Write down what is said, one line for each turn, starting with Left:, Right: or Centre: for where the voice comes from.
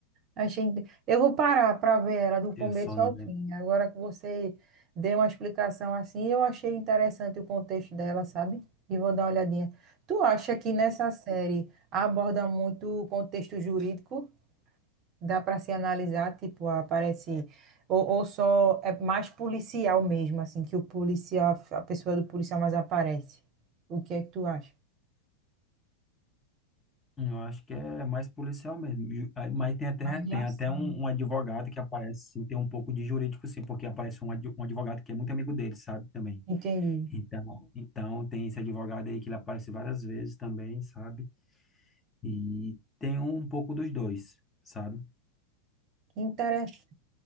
Right: Achei... inte- Eu vou parar para ver ela do começo
Left: Eu só não
Right: ao
Left: lembro.
Right: fim. Agora que você deu uma explicação assim, eu achei interessante o contexto dela, sabe? E vou dar uma olhadinha. Tu acha que nessa série aborda muito o contexto jurídico? Dá para se analisar, tipo, aparece. Ou, ou só é mais policial mesmo, assim, que o policial, a pessoa do policial mais aparece. O que é que tu acha?
Left: Eu acho que é mais policial mesmo. E- aí- Mas tem até,
Right: Mais de
Left: tem
Right: ação,
Left: até um,
Right: né?
Left: um advogado que aparece, assim, tem um pouco de jurídico, sim, porque aparece um, ad- um advogado que é muito amigo dele, sabe, também.
Right: Entendi.
Left: Então, então tem esse advogado aí que ele aparece várias vezes também, sabe? E tem um pouco dos dois, sabe?
Right: Que interessante.